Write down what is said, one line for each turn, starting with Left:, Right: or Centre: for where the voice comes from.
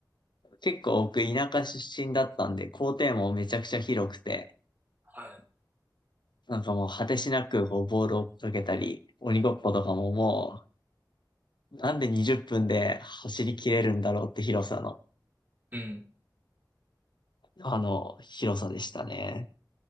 Left: 結構僕田舎出身だったんで、校庭もめちゃくちゃ広くて、
Right: は
Left: なんかもう果てしなくこうボールを追っかけたり、鬼ごっことかももう、なんで20分で走り切れるんだろうって広さの、
Right: いうん。
Left: あの、広さでしたね。